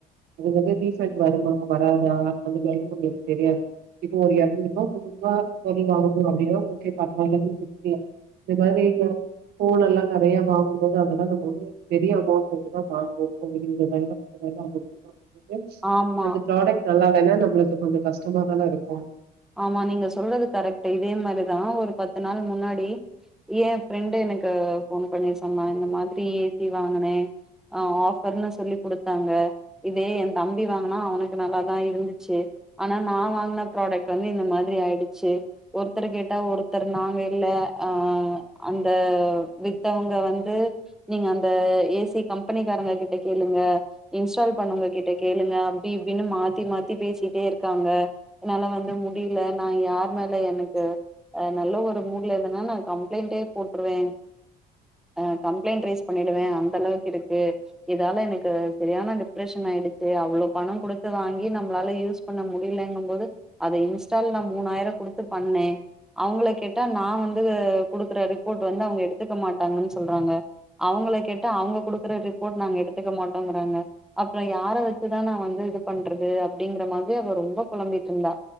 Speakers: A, on the right (about 70°); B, in the centre.
A: அது வந்து ரீஃபண்ட் வருமா வராதா அந்த மாரி நம்மளுக் தெரியாது இப்ப ஒரு எரநூறுபா முன்னூறுபா பொருள் வாங்குனொ அப்டின்னா ஓகே பரவால்லன் விட்றலா இந்த மாரி ஃபோன் எல்லா நெறைய வாங்கும்போது அதெல்லா நம்ம வந்து பெரிய அமௌண்ட் போட்டு தா வாங்குவோ ஒரு இருவதாயிரொ முப்பதாயிரொ <unintelligible> போட்டு
B: ஆமா
A: அந்த ப்ராடக்ட் நல்லா இல்லன்னா நம்ளுக்கு கொஞ்சொ கஷ்டமாதானே இருக்கு
B: ஆமா நீங்க சொல்றது கரெக்ட்டு‌இதே மாரிதா ஒரு பத்து நாள் முன்னாடி எ ஃப்ரெண்டு எனக்கு ஃபோன் பண்ணி சொன்னா இந்த மாதிரி ஏ சி வாங்குனே அ ஆஃபர்னு சொல்லி குடுத்தாங்க இதே எ தம்பி வாங்குனா அவனுக்கு நல்லாதா இருந்துச்சு ஆனா நா வாங்குன ப்ராடக்ட் டு வந்து இந்த மாதிரி ஆயிடுச்சு ஒருத்தர் கேட்டா ஒருத்தர் நாங்க இல்ல ஆ அந்த வித்தவுங்க வந்து நீங்க அந்த ஏ சி கம்பெனிக்காரங்க கிட்ட கேளுங்க இன்ஸ்டால் பண்ணவ்ங்க கிட்ட கேளுங்க அப்டி இப்டினு மாத்தி மாத்தி பேசிட்டே இருக்காங்கா என்னால வந் து முடில நா யார் மேல எனக்கு அ நல்ல ஒரு மூட்ல இருந்தனா நா கம்ப்ளைண்ட்டே போட்ருவே அ கம்ப்ளைண்ட் ரைஸ் பண்ணிடுவே அந்த அளவுக்கு இருக்கு இதால எனக்கு சரியான டிப்ரஷன் ஆயிடுச்சு அவ்ளொ பண குடுத்து வாங்கி நம்ளால யூஸ் பண்ண முடிலங்கும் போது அத இன்ஸ்டால் நா மூணாயிர குடுத்து பண்ணே அவுங்கள கேட்டா நா வந்து குடுக்குற ரிப்போர்ட் வந்து அவுங்க எடுத்துக்க மாட்டாங்கன் சொல்றாங்க அவுங்கள கேட்டா அவுங்க குடுக்குற ரிப்போர்ட் நாங்க எடுத்துக்க மாட்டோங்கிறாங்க அப்றொ யார வச்சுதா நா வந்து இது பண்றது அப்டிங்கிற மாதிரி அவ ரொம்ப பொலம்பிட்ருந்தா